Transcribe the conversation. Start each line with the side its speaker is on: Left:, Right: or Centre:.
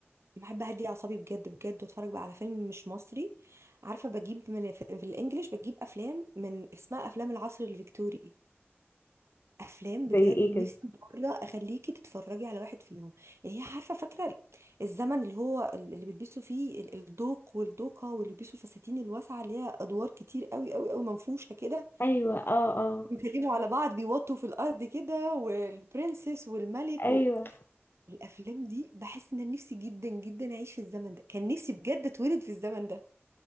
Right: لما احب اهدي اعصابي بجد بجد واتفرج بقى على فيلم مش مصري عارفه بجيب من في, في الانجليش بجيب افلام من اسمها افلام العصر الفيكتوري افلام
Left: زي
Right: بجد
Left: ايه
Right: نفسي
Left: كده
Right: مره اخليكي تتفرجي على واحد فيهم يعني هي عارفه فاكره الزمن اللي هو اللي بيلبسوا فيه ال- الدوق والدوقه واللي بيلبسوا الفساتين الواسعه اللي هي ادوار كتير قوي قوي قوي منفوشه كده
Left: ايوه اه اه
Right: بيكلموا على بعض بيوطوا في الارض كده والبرنسس والملك
Left: ايوه
Right: و... الافلام دي بحس ان أنا نفسي جدا جدا اعيش في الزمن ده كان نفسي بجد اتولد في الزمن ده